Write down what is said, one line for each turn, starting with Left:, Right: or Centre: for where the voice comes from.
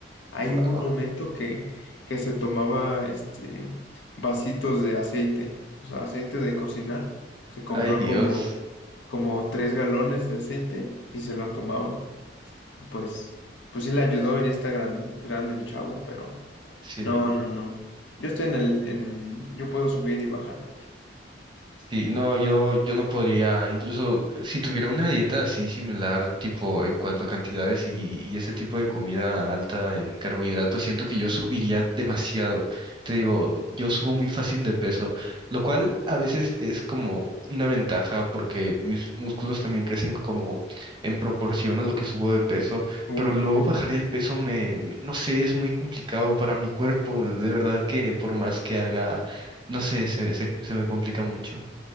Left: Ahí
Right: Wow.
Left: hubo un momento que, que se tomaba este vasitos de aceite, o sea, aceite de cocinar. Se compró
Right: Ay, Dios.
Left: como, como tres galones de aceite y se lo tomaba. Y pues, pues sí le ayudó, ya está grande, grande el chavo, pero
Right: Sí.
Left: no, no, no. Yo estoy en el, en, yo puedo subir y bajar rápido.
Right: Sí, no, yo, yo no podría, incluso eh, si tuviera una dieta así similar, tipo en cuanto a cantidades y, y ese tipo de comida alta en carbohidratos, siento que yo subiría demasiado. Te digo, yo subo muy fácil de peso, lo cual a veces es como una ventaja porque mis músculos también crecen como en proporción a lo que subo de peso,
Left: Uh,
Right: pero luego
Left: qué genial.
Right: bajar el peso me, me- no sé, es muy complicado para mi cuerpo, de verdad que por más que haga, no sé, se, se se me complica mucho.